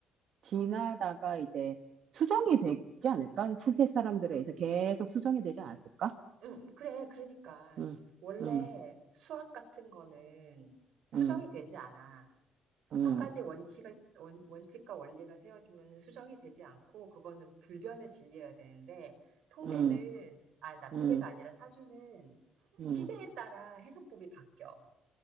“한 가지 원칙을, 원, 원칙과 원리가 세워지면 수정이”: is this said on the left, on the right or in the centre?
Right